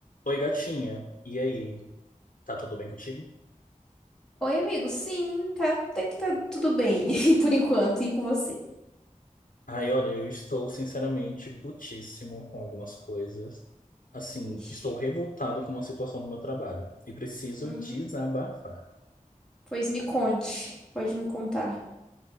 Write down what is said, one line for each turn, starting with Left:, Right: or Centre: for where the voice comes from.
Left: Oi, gatinha. E aí, tá tudo bem contigo?
Centre: Oi, amigo. Sim, tá, até que tá tudo bem, <laughs> por enquanto, e com você?
Left: Ai, olha, eu estou sinceramente putíssimo com algumas coisas. Assim,
Centre: Vixe.
Left: estou revoltado com uma situação do meu trabalho e preciso
Centre: Hum,
Left: desabafar.
Centre: pois me conte, pode me contar.